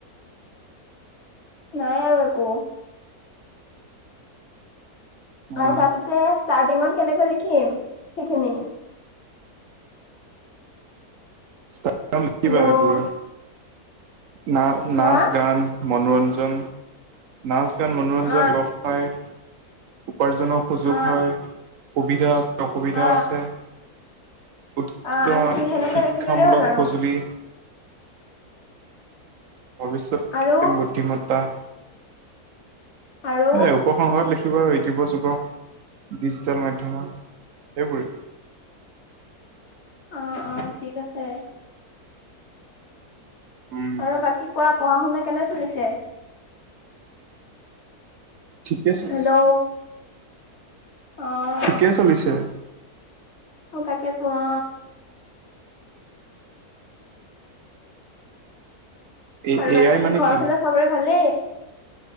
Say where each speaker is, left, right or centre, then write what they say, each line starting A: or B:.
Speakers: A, on the left; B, on the right.
A: নাই আৰু একো।
B: অ
A: আৰু ফাৰ্ষ্টতে ষ্টাৰ্টিঙত কেনেকৈ লিখিম সেইখিনি?
B: <unintelligible> লিখিবা
A: হেল্ল'
B: সেইবোৰ। না নাচ-গান
A: হা
B: মনোৰঞ্জন, নাচ-গান মনোৰঞ্জন
A: অ
B: দিৱস। হয় উপাৰ্জনৰ সুযোগ
A: অ
B: হয়, সুবিধা আছ অসুবিধা
A: অ
B: আছে, উদিৃষ্ট
A: অ সেই- সেনেকৈ
B: শিক্ষামূলক
A: লিখি গ'লেই হ'ল আৰু
B: সঁজুলি ভৱিষ্যত কৃত্ৰিম
A: আৰু
B: বুদ্ধিমতা এ,
A: আৰু
B: উপসংহ লিখ খিবা ইউতিবৰ যুগ, ডিজিটেল মাধ্যমত, এইবোৰে।
A: অ অ ঠিক আছে।
B: উম
A: আৰু বাকী কোৱা পঢ়া-শুনা কেনে চলিছে?
B: ঠিকে চলিছে।
A: হেল্ল' অ।
B: ঠিকে চলিছে।
A: অ তাকেতো অ।
B: এ
A: আৰু
B: এ
A: বাকী
B: আই মানে
A: ঘৰৰ
B: কি
A: ফালে চবৰে ভালেই?